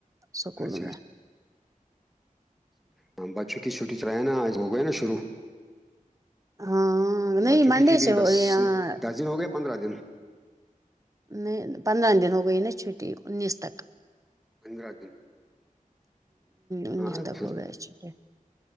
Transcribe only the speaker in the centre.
اچھا
اچھا ہاں بس چھٹی چھٹی چ رہ ہے نا آج ہو گیا نا شرو
بہت چوکی
چ بھی
دس
دس دن ہو گیا پندرہ دن
پندرہ دن
ہاں پھر